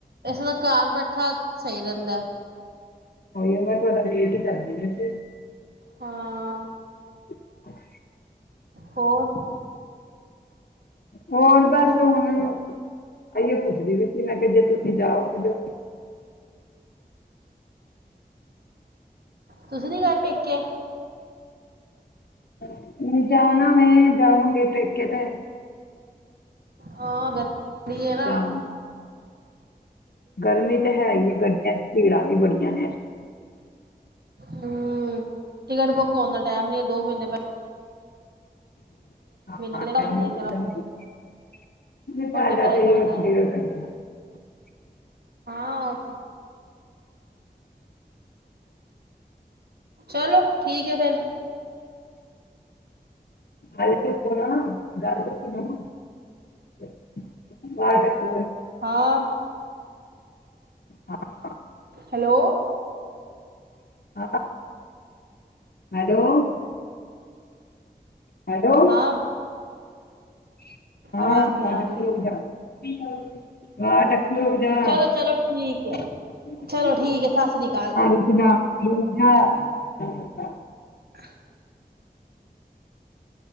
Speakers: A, on the right; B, on the left.
A: ਇਸਦਾ ਘਰ ਬੈਠਾ ਸਹੀ ਰਹਿੰਦਾ।
B: ਹੋਣੇ ਮੈਂ ਤੁਹਾਡਾ ਵਾਇਟ ਹੀ ਕਰਦੀ ਪਈ ਸੀ।
A: ਹਾਂ
B: ਹ <unintelligible>
A: ਹੋਰ
B: ਹੋਰ ਬਸ ਹੁਣ ਆਇਯੋ ਪੁੱਛਦੀ ਪਈ ਸੀ ਕਿ ਮੈਂ ਜੇ ਤੁਸੀਂ ਜਾਓ ਤੇ
A: ਤੁਸੀ ਨੀਂ ਗਏ ਪੇਕੇ?
B: ਨਹੀਂ, ਜਾਣਾ ਮੈਂ ਜਾਵਾਂਗੀ ਪੇਕੇ ਤੇ।
A: ਹਾਂ ਗ <unintelligible> ਅੜਰਾ
B: ਜਾਵਾਂ ਗਰਮੀ ਤਾਂ ਹੈ ਹੀ ਹੈ ਗੰਡਿਆ। ਭੀੜਾਂ ਤੇ ਬੜੀਆਂ ਨੇ।
A: ਹਮਮ, ਟਿਕਟ ਬੁੱਕ ਹੋਣ ਦਾ ਟਾਈਮ ਨੀ ਹੈ ਦੋ ਮਹੀਨੇ ਤਕ।
B: ਈ
A: ਪਹਿਲੇ ਕਰਾਂਗੇ,
B: ਵ
A: ਓਡੇ ਪੈਸੇ ਕੌਣ ਦਏ ਹਾਂ, ਚਲੋ ਠੀਕ ਹੈ ਫਿਰ।
B: <unintelligible>
A: ਹਾਂ
B: ਹਾਂ
A: ਹੈਲੋ
B: ਹਾਂ ਹੈਲੋ, ਹੈਲੋ।
A: ਹਾਂ
B: ਹਾਂ,
A: ਆਵਾਜ਼ ਨਹੀਂ ਆ ਰਹੀ
B: <unintelligible>
A: ਚਲੋ ਚਲੋ ਠੀਕ
B: ਇਹ
A: ਹੈ ਚਲੋ ਠੀਕ ਹੈ ਸਤਿ ਸ੍ਰੀ ਅਕਾਲ
B: <unintelligible>
A: ਹ <unintelligible>